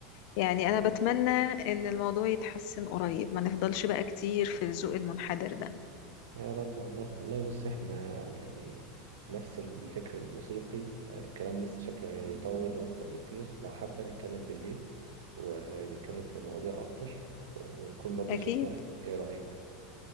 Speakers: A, on the left; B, on the right.
A: يعني
B: بالظبط
A: أنا بتمنى إن الموضوع يتحسن قريب ما نفضلش بقى كتير في الذوق المنحدر ده
B: يا رب والله والله بص احنا يعني نفس الفكر الموسيقي فالكلام لسه شكله هيطول أكتر بكتير لو حابة نتكلم بالليل ونتكلم في مواضيع أكتر ونكون برضو
A: أكيد
B: شفنا ايه رأيك